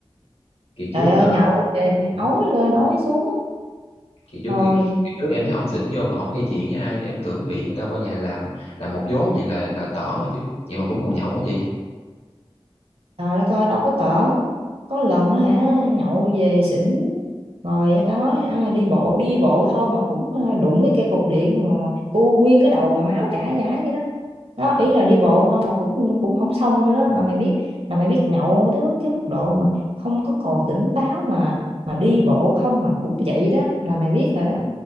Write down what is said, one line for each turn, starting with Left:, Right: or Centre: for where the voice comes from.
Left: kỳ trước
Right: trời ơi
Left: ờ,
Right: nhậu về
Left: ừ.
Right: ói lên ói xuống
Left: kỳ trước
Right: thôi
Left: kỳ, kỳ trước em thấy ổng xỉn vô ổng gây chuyện với ai đó em tưởng bị người ta qua nhà làm làm một vố vậy là là tởn rồi chứ vậy mà cũng còn nhậu quá chị
Right: Trời đất ơi đâu có tởn Có lần á hả nhậu về xỉn Rồi người ta nói ha, đi bộ Đi bộ thôi mà cũng ờ, đụng cái cây cục điện mà u nguyên cái đầu mà máu chảy chảy vậy đó đó ý là đi bộ thôi mà cũng cũng không xong nữa đó là mày biết là mày biết nhậu tới mức- cái mức độ mà không có còn tỉnh táo mà mà đi bộ không mà cũng vậy đó là mày biết rồi đó